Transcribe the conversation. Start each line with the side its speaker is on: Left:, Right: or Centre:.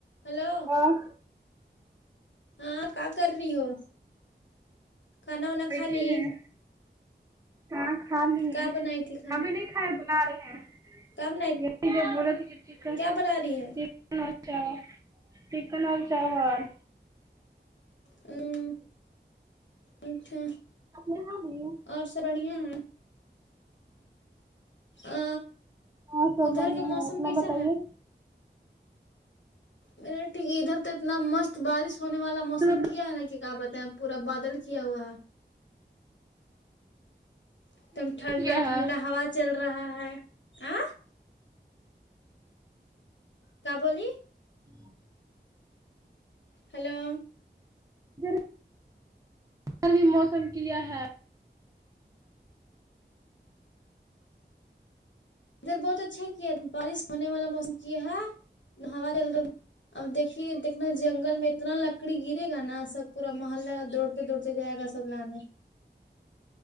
Left: hello
Right: اه
Left: ہاں کا کر رہی ہو کھانا وانا
Right: بیٹھے
Left: کھالی
Right: ہیں ہاں کھا لیے
Left: کیا بنائی تھی کھانا
Right: ابھی نہیں کھائے بنا رہے ہیں
Left: کیا بنائی تھی
Right: یہ جو بول رہے تھے کی چی
Left: کیا بنا رہی ہے
Right: چکن اور چاول چکن اور چاول
Left: ہوں اچھا
Right: اپنے ہاں جی
Left: اور سب بڑھیا ہیں آ
Right: ہاں سب
Left: ادھر
Right: بڑھیا
Left: کے موسم
Right: ہے اپنا
Left: کیسا
Right: بتائیے
Left: ہے میں نے ٹھیک ہے ادھر تو اتنا مست بارش ہونے والا موسم
Right: ادھر بھی
Left: کیا ہے نا کہ کیا بتائیں پورا بادل کیا ہوا ہے ایک دم ٹھنڈا
Right: کیا
Left: ٹھنڈا
Right: ہے
Left: ہوا چل رہا ہے آ کا بولی
Right: <inaudible>
Left: ہیلو
Right: ذرا ادھر بھی موسم کیا ہے
Left: ادھر بہت اچھا کیا بارش ہونے والا موسم کیا ہاں ہمارے اب دیکھیے دیکنا جنگل میں اتنا لکڑی گرے گا نا سب پورا محللہ دو ک دور سے جائے گا سب لانے